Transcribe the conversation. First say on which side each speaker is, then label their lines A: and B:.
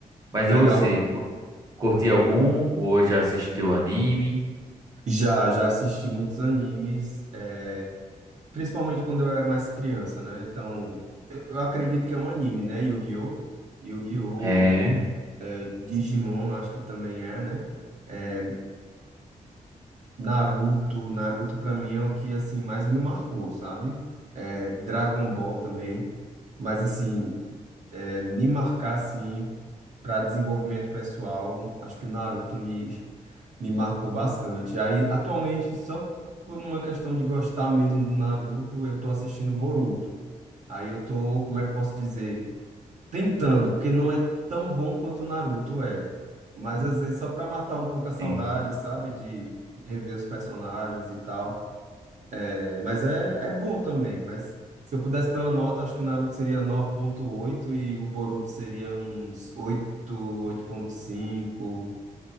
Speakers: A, on the right; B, on the right.
A: Mas
B: legal.
A: e você, cu- curte algum ou já assistiu anime?
B: Já, já assisti muitos animes, é, principalmente quando eu era mais criança, né? Então, eu eu acredito que é um anime, né? Yu-Gi-Oh! Yu-Gi-Oh!
A: É,
B: Digimon, acho que também é, né? É, Naruto, Naruto pra mim é o que assim mais me marcou, sabe? É, Dragon Ball também, mas assim é, me marcar assim para desenvolvimento pessoal, acho que o Naruto me <laughs> me marcou bastante. Aí atualmente só por uma questão de gostar mesmo do Naruto, eu tô assistindo Boruto. Aí eu tô, como é que eu posso dizer? Tentando, porque não é tão bom quanto o Naruto é. Mas às vezes só pra matar um pouco a saudade,
A: sim.
B: sabe? De rever os personagens e tal. É, mas é, é bom também. Mas se eu pudesse dar uma nota, acho que o Naruto seria nove ponto oito e o Boruto seria uns oito oito ponto cinco,